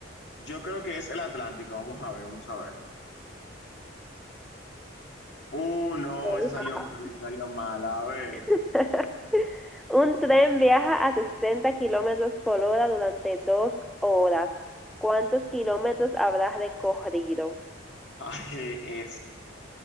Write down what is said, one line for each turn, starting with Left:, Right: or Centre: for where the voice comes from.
Left: Yo creo que es el Atlántico. Vamos a ver, vamos a ver. Uh, no,
Centre: Lol,
Left: ese salió
Centre: jaja.
Left: mal, ese salió mal. A ver.
Centre: <laughs> Un tren viaja a 60 kilómetros por hora durante dos horas. ¿Cuántos kilómetros habrás recorrido?
Left: <laughs> Ay, este,